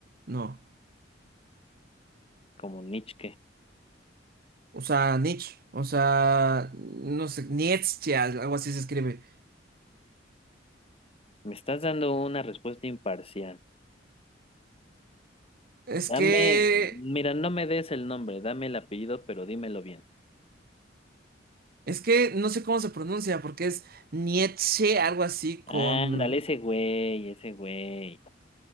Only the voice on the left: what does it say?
Como Nietzsche.
Me estás dando una respuesta imparcial.
Dame,
mira, no me des el nombre, dame el apellido, pero dímelo bien.
Ándale, ese güey, ese güey.